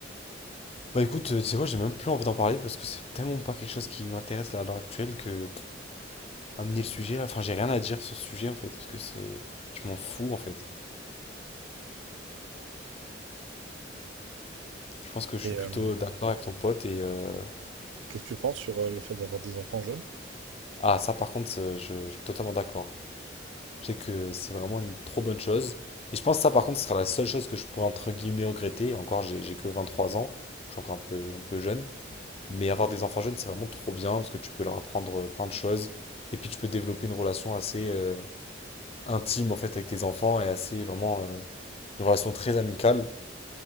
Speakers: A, on the left; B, on the right.
A: Bah écoute, euh, tu sais quoi, j'ai même plus envie d'en parler parce que c'est tellement pas quelque chose qui m'intéresse là à l'heure actuelle que pff, amener le sujet là, enfin j'ai rien à dire sur ce sujet en fait, parce que c'est... Je m'en fous en fait. Je pense que je
B: Et
A: suis plutôt
B: euh,
A: d'accord avec ton pote et... euh,
B: qu'est-ce que tu penses sur euh, le fait d'avoir des enfants jeunes?
A: Ah ça par contre, c'est- je je suis totalement d'accord. Je sais que c'est vraiment une trop bonne chose. Et je pense que ça, par contre, ce sera la seule chose que je pourrais entre guillemets regretter. Et Encore, j'ai j'ai que 23 ans, donc je suis encore un peu, un peu jeune. Mais avoir des enfants jeunes, c'est vraiment trop bien parce que tu peux leur apprendre euh, plein de choses. Et puis tu peux développer une relation assez euh, intime en fait avec tes enfants et assez vraiment euh, une relation très amicale.